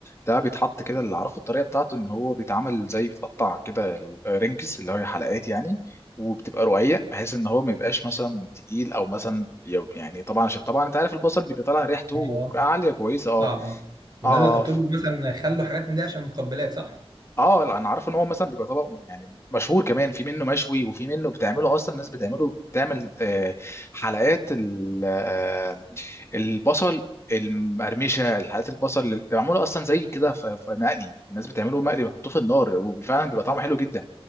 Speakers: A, on the left; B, on the right.
A: ده بيتحط كده اللي عرفه الطريقه بتاعته ان هو بيتعمل زي بيتقطع كده رنجز اللي هي حلقات يعني وبتبقى رقيق بحيث ان هو ما يبقاش مثلا تقيل او مثلا يب- يعني طبعا عشان طبعا انت عارف البصل بيبقى طالع ريحته
B: اه
A: عاليه كويسه اه
B: صعب اه والناس
A: اه
B: بتحط له مثلا خل وحاجات من دي عشان مقبلات صح؟
A: اه لا انا عارف ان هو مثلا بيبقى طبق يعني مشهور كمان في منه مشوي وفي منه بتعمله اصلا الناس بتعمله بتعمل آه، حلقات ال- آه، البصل المقرمشه حلقات البصل اللي معموله اصلا زي كده في في مقلي الناس بتعمله مقلي بيحطوه في النار وفعلا بيبقى طعمه حلو جدا